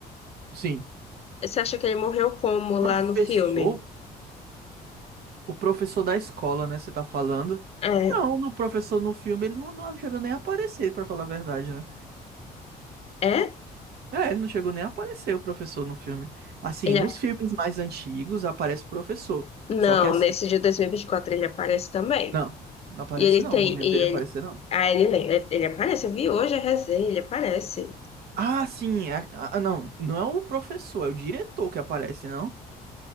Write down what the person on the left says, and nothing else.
Você acha que ele morreu como
lá no filme?
É,
é?
Ele,
a-
não,
nesse dia de 2024 ele aparece também.
E ele
tem,
e
ele,
ah, ele, lembra, ele aparece, eu vi hoje a resenha, ele aparece.